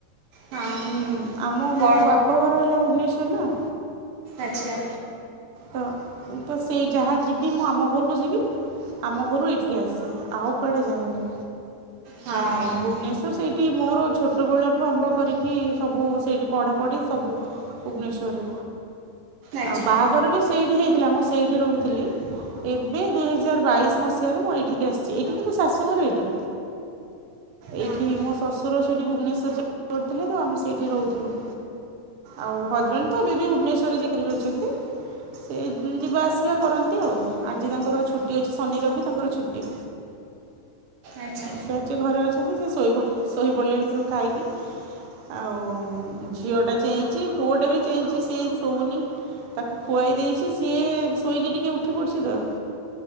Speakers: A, on the right (about 80°); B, on the right (about 65°).
A: ହଁ
B: ହୁଁ। ଆମ ମୋ
A: ବ
B: ବାପଘର ହେଲା ଭୁବନେଶ୍ୱର ନା।
A: ଆଚ୍ଛା।
B: ତ ତ ସେଇ ଯାହା ଯିବି ମୁଁ ଆମ ଘରକୁ ଯିବି ଆମ ଘରୁ ଏଇଠିକି ଆସେ ଆଉ କୁଆଡେ ଯାଏନି
A: ହଁ
B: ଆଉ ଭୁବନେଶ୍ଵ ସ ସେଇଠି ମୋର ଛୋଟବେଳଠୁ ଆରମ୍ଭ କରିକି ସବୁ ସେଇଠି ପଢ଼ାପଢ଼ି ସବୁ ଭୁବନେଶ୍ଵରରେ
A: ଆଚ୍ଛା
B: ଆଉ ବାହାଘର ବି ସେଇଠି ହେଇଥିଲା ମୁଁ ସେଇଠି ରହୁଥିଲି ଏବେ ଦୁଇ ହଜାର ବାଇଶି ମସିହାରେ ମୁଁ ଏଇଠିକି ଆସିଚି ଏଇଠି କିନ୍ତୁ ଶାଶୁଘର ଏଇଟା। ଏଇଠି
A: ଓହୋ
B: ମୋ ଶ୍ୱଶୁର ସେଇଠି ଭୁବନେଶ୍ବରରେ ଜବ କରିଥିଲେ ତ ଆମେ ସେଇଠି ରହୁଥିଲୁ। ଆଉ ହଜବେଣ୍ଡ ତ ଏବେ ବି ଭୁବନେଶ୍ୱରରେ ଚାକିରି କରିଚନ୍ତି। ସେ ଯିବା ଆସିବା କରନ୍ତି ଆଉ। ଆଜି ତାଙ୍କର ଛୁଟି ଅଛି ଶନି, ରବି ତାଙ୍କର ଛୁଟି।
A: ଆଚ୍ଛା।
B: ସେ ଆଜି ଘରେ ଅଛନ୍ତି, ସେ ଶୋଇ ଶୋଇପଡିଲେଣି ସବୁ ଖାଇକି। ଆଉ ଝିଅଟା ଚେଇଁଚି ପୁଅଟା ବି ଚେଇଁଚି ସିଏ ଶୋଉନି। ତାକୁ ଖୁଆଇ ଦେଇଚି ସିଏ ଶୋଇକି ଟିକେ ଉଠି ପଡ଼ିଚି ତ।